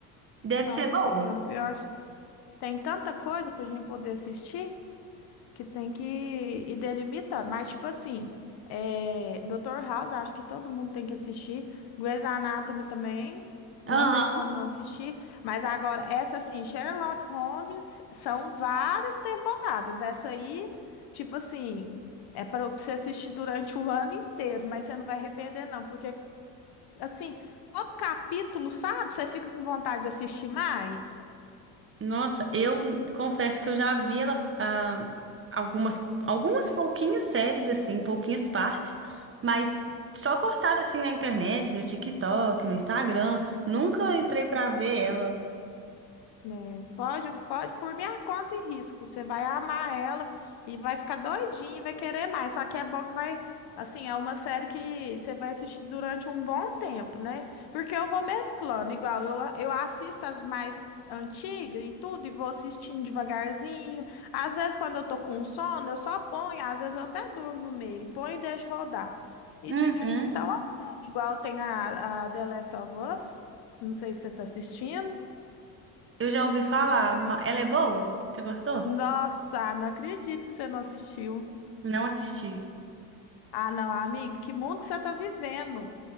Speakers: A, on the right; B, on the left.
A: Deve
B: Nossa
A: ser boa.
B: Senhora, o pior. que Tem tanta coisa pra gente poder assistir. que tem que ir delimitando. Mas, tipo assim, é, Dr. House, eu acho que todo mundo tem que assistir. Grey's Anatomy também, não
A: Aham.
B: tem como não assistir. Mas agora, essa assim, Sherlock Holmes, são várias temporadas. Essa aí, tipo assim, é para você assistir durante o ano inteiro, mas você não vai arrepender, não, porque, assim, todo capítulo, sabe? Você fica com vontade de assistir mais.
A: Nossa, eu confesso que eu já vi ela, ah, algumas, algumas pouquinhas séries, assim, pouquinhas partes, mas só cortada assim na internet, no TikTok, no Instagram. Nunca entrei pra ver ela.
B: né? Pode, pode, por minha conta e risco. Você vai amar ela e vai ficar doidinho, e vai querer mais. Só que é bom que vai, assim, é uma série que você vai assistir durante um bom tempo, né? Porque eu vou mesclando, igual eu, eu assisto as mais antigas e tudo, e vou assistindo devagarzinho. Às vezes, quando eu tô com sono, eu só ponho, às vezes eu até durmo no meio, ponho e deixo rodar. E
A: Uhum.
B: tem as que estão igual tem a, a The Last of Us. Não sei se você tá assistindo.
A: Eu já ouvi falar, ma- ela é boa? Você gostou?
B: Nossa, não acredito que você não assistiu.
A: Não assisti.
B: Ah, não, amiga, que mundo que você tá vivendo.